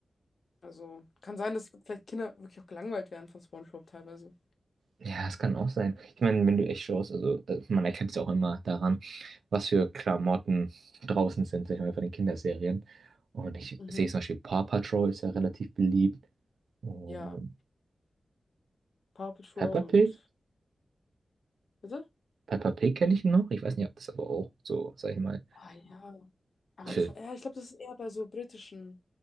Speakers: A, on the left; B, on the right.
A: Also kann sein, dass vielleicht Kinder wirklich auch gelangweilt werden von SpongeBob teilweise.
B: Ja, es kann auch sein. Ich meine, wenn du echt schaust, also äh, man erkennt es auch immer daran, was für Klamotten draußen sind, sag ich mal, von den Kinderserien. Und ich
A: Mhm.
B: sehe zum Beispiel Paw Patrol ist ja relativ beliebt. Und
A: Ja, Paw Patrol
B: Peppa Pig?
A: und. Bitte?
B: Peppa Pig kenne ich noch. Ich weiß nicht, ob das aber auch so, sag ich mal,
A: Ah ja. Aber
B: für...
A: ich, ja, ich glaube, das ist eher bei so britischen,